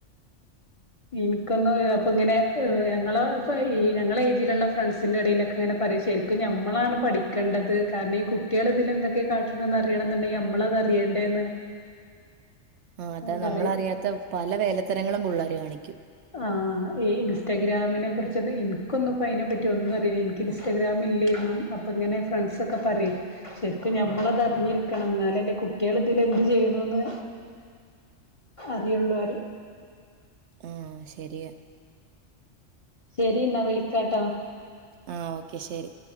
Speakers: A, on the left (about 35°); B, on the right (about 70°).
A: ഇനിക്കന്ന് അപ്പൊ ഇങ്ങനെ ർ ഞങ്ങള ഞങ്ങളെ ഏജില്ള്ള ഫ്രണ്ട്സിന്റെ ഇടയിലൊക്കെ ങ്ങനെ പറയാ ശരിക്ക് ഞമ്മളാണ് പഠിക്കേണ്ടത് കാരണേ കുട്ടിയള് ഇതിൽ എന്തൊക്കെ കാട്ടണം ന്ന് അറിയണംന്നുണ്ടെങ്കി ഞമ്മളത് അറിയണ്ടേന്ന്
B: ആ അതാ
A: പറയും
B: നമ്മളറിയാത്ത പല വേലത്തരങ്ങളും പുള്ളേര് കാണിക്കും
A: ആ ഈ ഇൻസ്റ്റഗ്രാം <unintelligible> കുറിച്ച ഇൻക്കൊന്നും അയ്നെ പറ്റി ഒന്നും അറിയില്ല നിക്ക് ഇൻസ്റ്റാഗ്രാാം ഇല്ലേരുന്നു അപ്പൊ ങ്ങനെ ഫ്രണ്ട്സ് ഒക്കെ പറയും ശരിക്കും ഞമ്മളത് അർഞ്ഞിരിക്കണം ന്നാലല്ലേ കുട്ടിയാള് ഇതില് എന്ത് ചെയ്യണന്ന് അറിയുള്ളൂ
B: ആഹ് ശരിയ
A: ശരി എന്നാ വിളിക്കാട്ടോ
B: ആ ഓക്കെ ശരി